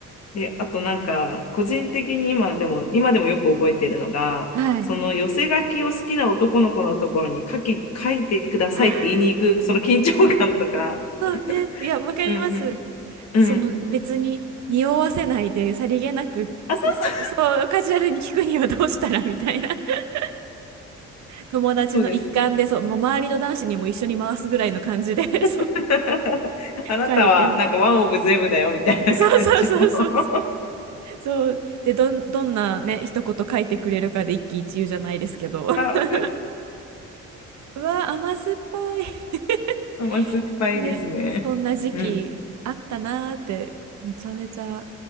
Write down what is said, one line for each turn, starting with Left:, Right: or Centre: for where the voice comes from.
Left: で、あとなんか、個人的に今でも、今でもよく覚えてるのが、
Right: はい。
Left: その寄せ書きを好きな男の子のところに書き、書いてくださいって言いに行く、
Right: ああ
Left: その緊張感とか。
Right: そうね。
Left: <laughs>
Right: いや、わかります。
Left: うんうん。
Right: その別に匂わせないでさりげなく、
Left: うん。あ、そう、
Right: うつそう、カジュアルに聞くにはどうしたらみたいな。<laughs> 友達の一環で、
Left: そうです。
Right: そう、もう周りの男子にも一緒に回すぐらいの感じで、そう、
Left: <laughs> あなたはなんかワンオブゼブだよみたいな感じの。
Right: 書いて。そうそうそうそう。
Left: <laughs>
Right: そう。で、どん、どんなね、一言書いてくれるかで一喜一憂じゃないですけど。<laughs>
Left: あ、わかる。
Right: うわ、甘酸っぱい。
Left: 甘酸っぱいですね。
Right: <laughs> ね、そんな時期あったなーってめちゃめちゃ
Left: うん。